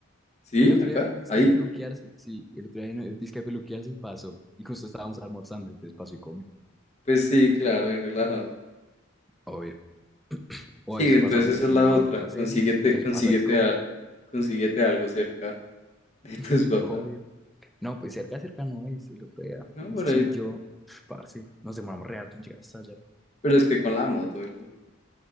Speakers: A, on the left; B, in the centre.
A: ¿Sí?
B: el otro
A: ¿Acá?
B: día vino dizque
A: ¿Ahí?
B: a peluquearse, sí, el otro día vino dizque a peluquearse y pasó, y justo estábamos almorzando, entonces pasó y come,
A: Pues sí, claro, ahí relajado.
B: obvio, o
A: Sí,
B: a veces
A: entonces
B: pasa donde
A: esa es la
B: mi abuelita
A: otra. Consíguete,
B: Ceci, entonces
A: consíguete,
B: pasa y come,
A: a- consíguete algo cerca de tus
B: <laughs>
A: papás,
B: obvio. No, pues cerca, cerca no es. El otro día,
A: ¿no? Por ahí.
B: mi tío, "Uf, parce, nos demoramos re harto en llegar hasta allá.
A: Pero es que con la moto, el-